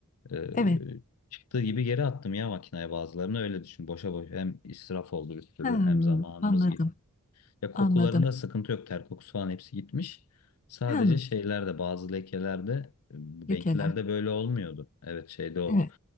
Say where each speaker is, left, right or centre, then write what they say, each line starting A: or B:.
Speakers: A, on the left (about 85°); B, on the left (about 35°).
A: Ee,
B: Evet.
A: çıktığı gibi geri attım ya makineye bazılarını öyle düşün. Boşa boş hem israf oldu bir sürü
B: Hmm,
A: hem zamanımız
B: anladım.
A: gitti. Ya kokularında
B: Anladım.
A: sıkıntı yok ter kokusu falan hepsi gitmiş. Sadece
B: Hem
A: şeylerde bazı lekelerde e,
B: lekeler.
A: renklerde böyle olmuyordu. Evet şeyde oldu.
B: Evet.